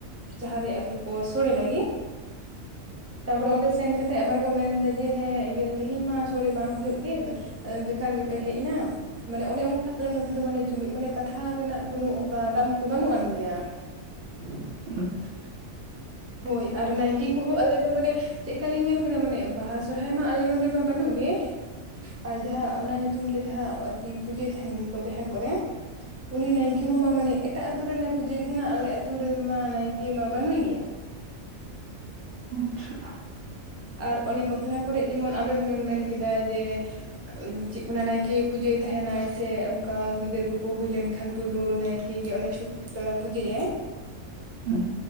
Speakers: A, on the right; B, on the right.
A: ᱡᱟᱦᱟᱸ ᱨᱮ ᱟᱨᱠᱤ ᱠᱚ ᱥᱳᱲᱮ ᱞᱟᱜᱤᱜ, ᱛᱟᱯᱚᱨᱮ ᱚᱸᱰᱮ ᱥᱮᱱ ᱠᱟ -ᱛᱮ ᱟᱵᱟᱨ ᱠᱚ ᱢᱮᱱᱫᱟ ᱡᱮ ᱦᱮᱸ ᱤᱭᱟᱹ ᱛᱮᱦᱮᱧ ᱢᱟ ᱥᱳᱲᱮ ᱵᱟᱝ ᱦᱩᱭᱩᱜ ᱜᱮ, ᱮᱸ ᱵᱮᱠᱟᱨ ᱜᱮᱯᱮ ᱦᱮᱡ ᱮᱱᱟ᱾ ᱢᱟᱱᱮ ᱚᱱᱮ ᱚᱝᱠᱟ ᱟᱞᱮ ᱱᱚᱛᱮ ᱫᱚ ᱢᱟᱱᱮ ᱡᱩᱢᱤᱫ ᱢᱟᱱᱮ ᱠᱟᱛᱷᱟ ᱨᱮᱱᱟᱜ ᱠᱳᱱᱳ ᱚᱝᱠᱟ ᱫᱟᱢ ᱠᱚ ᱵᱟᱹᱱᱩᱜ ᱟᱱ ᱜᱮᱭᱟ᱾
B: ᱟᱪᱪᱷᱟ ᱟᱪᱪᱷᱟ ᱟᱪᱪᱷᱟ᱾
A: ᱦᱳᱭ ᱟᱨ ᱱᱟᱭᱠᱮ ᱠᱚᱦᱚᱸ ᱟᱞᱮ ᱫᱚ ᱢᱟᱱᱮ ᱪᱮᱫᱠᱟ ᱞᱤᱧ ᱧᱮᱞ ᱠᱮᱫᱟ ᱢᱟᱱᱮ ᱵᱟᱦᱟ ᱥᱚᱨᱦᱟᱭ ᱢᱟ ᱟᱞᱮ ᱱᱚᱰᱮ ᱢᱟ ᱵᱟᱹᱱᱩᱜ ᱜᱮ, ᱟᱨ ᱡᱟᱦᱟᱸ ᱚᱱᱟ ᱧᱩᱛᱩᱢ ᱛᱮ ᱡᱟᱦᱟᱸ ᱟᱨᱠᱤ ᱯᱩᱡᱟᱹᱭ ᱛᱟᱦᱮᱸᱱ ᱜᱮᱠᱚ ᱡᱟᱦᱮᱨ ᱠᱚᱨᱮ ᱩᱱᱤ ᱱᱟᱭᱠᱮ ᱦᱚᱸ ᱢᱟ ᱢᱟᱱᱮ ᱮᱴᱟᱜ ᱟᱛᱩ ᱨᱮᱱᱟᱜ ᱮ ᱯᱩᱡᱟᱹᱭ ᱛᱟᱦᱮᱸᱱᱟ ᱟᱞᱮ ᱟᱛᱩ ᱨᱮᱱ ᱢᱟ ᱱᱟᱭᱠᱮ ᱢᱟ ᱵᱟᱱᱩᱭ ᱜᱮᱭᱟ᱾
B: ᱟᱪᱪᱷᱟ᱾
A: ᱟᱨ ᱚᱱᱮ ᱵᱟᱯᱞᱟ ᱠᱚᱨᱮᱜ ᱡᱮᱢᱚᱱ ᱟᱵᱮᱱ ᱵᱮᱱ ᱢᱮᱱ ᱠᱮᱫᱟ ᱡᱮ ᱪᱮᱫ ᱠᱚ ᱱᱟᱜ ᱱᱟᱭᱠᱮ ᱯᱩᱡᱟᱹᱭ ᱛᱟᱦᱮᱸᱱᱟᱭ ᱥᱮ ᱚᱝᱠᱟ ᱜᱤᱫᱟᱹᱨ ᱠᱚ ᱠᱚ ᱦᱩᱭ ᱞᱮᱱᱠᱷᱟᱱ ᱯᱩᱭᱞᱩ ᱱᱟᱭᱠᱮ ᱜᱮ ᱚᱱᱮ ᱪᱷᱩᱛ ᱯᱮᱲᱟ ᱯᱩᱡᱟᱹᱭᱟᱭ,
B: ᱦᱩᱸ